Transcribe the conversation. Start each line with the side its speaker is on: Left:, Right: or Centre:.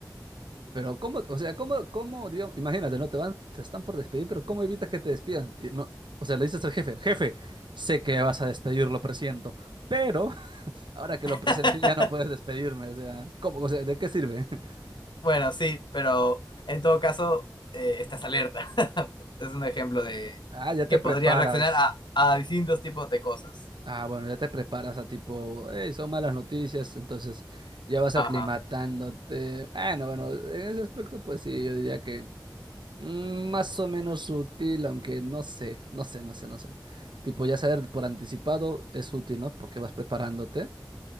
Right: Pero cómo, o sea, cómo, cómo, digamos, imagínate, ¿no? Te van, te están por despedir, pero ¿cómo evitas que te despidan? Y no, o sea, le dices al jefe, jefe, sé que me vas a despedir, lo presiento, pero Ahora que lo
Left: <laughs>
Right: presenté ya no puedes despedirme, o sea, ¿cómo? O sea, ¿de qué sirve? <laughs>
Left: Bueno, sí, pero en todo caso, eh, estás alerta. <laughs> Es un ejemplo de
Right: Ah, ya te
Left: que
Right: preparas.
Left: podría reaccionar a, a distintos tipos de cosas.
Right: Ah, bueno, ya te preparas a tipo, hey, son malas noticias, entonces ya vas aclimatándote.
Left: Ajá.
Right: Bueno, bueno, en ese aspecto pues sí, yo diría que mm, más o menos útil, aunque no sé, no sé, no sé, no sé. Tipo, ya saber por anticipado es útil, ¿no? Porque vas preparándote,